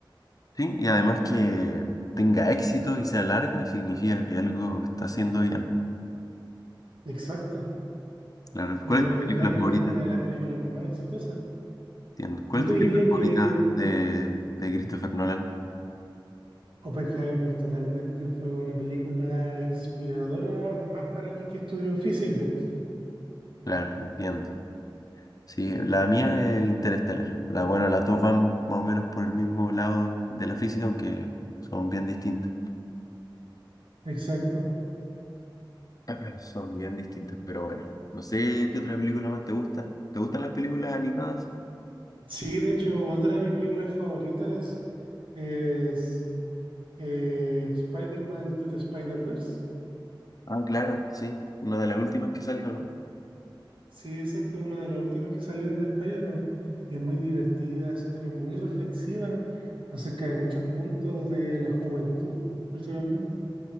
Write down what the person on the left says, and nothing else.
Sí, y además que tenga éxito y sea larga significa que algo está haciendo bien.
Claro.
¿Cuál es
tu película favorita?
Entiendo. ¿Cuál
es
tu
película favorita
de, de Christopher Nolan?
Claro, entiendo. Sí, la mía es Interestelar. La, bueno, las dos van más o menos por el mismo lado de la física, aunque son bien distintas.
<laughs> <clears throat> Son bien distintas, pero bueno. No sé qué otra película más te gusta. ¿Te gustan las películas animadas?
Ah, claro, sí. Una de las últimas que salió, ¿no?